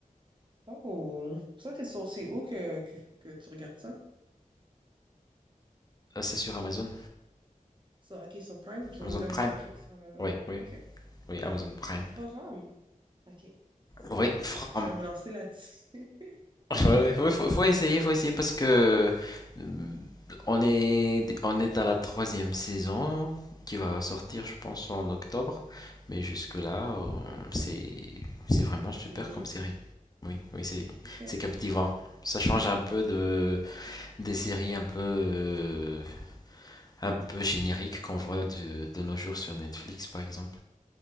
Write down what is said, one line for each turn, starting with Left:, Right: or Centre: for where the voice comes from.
Right: Oh, ça c'est sur, c'est où que, que, que tu regardes ça?
Left: Ah, c'est sur Amazon,
Right: Sur, ok, sur Prime, sur,
Left: Amazon
Right: Am-
Left: Prime.
Right: ok, sur Amazon.
Left: Oui, oui,
Right: Ok.
Left: Oui, Amazon Prime.
Right: Forum? Ok.
Left: Oui, from-
Right: Ben, je vais me lancer là-dessus. <laughs>
Left: <laughs> ouais, ouais, ouais, faut, faut essayer, faut essayer parce que euh, on est, on est à la troisième saison qui va sortir,
Right: Mhm.
Left: je pense, en octobre. Mais jusque-là, euh, c'est, c'est vraiment super
Right: C'est bien.
Left: comme série. Oui, oui, c'est,
Right: OK.
Left: c'est captivant. Ça change un peu de, des séries un peu, euh, un peu génériques qu'on voit de, de nos jours sur Netflix, par exemple.